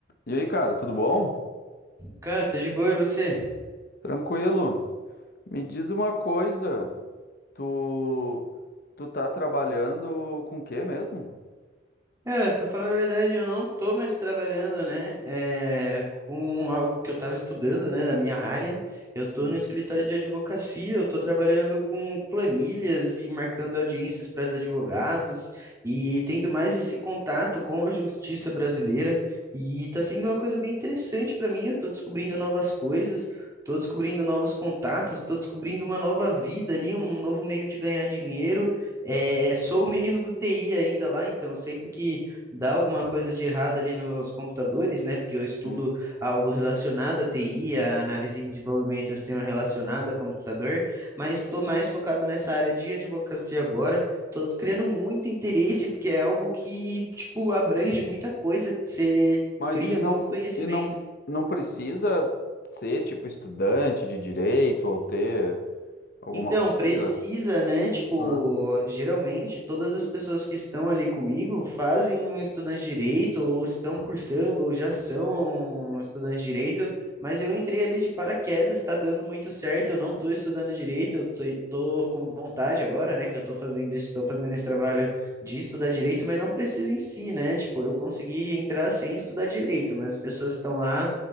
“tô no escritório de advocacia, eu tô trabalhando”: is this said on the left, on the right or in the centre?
Right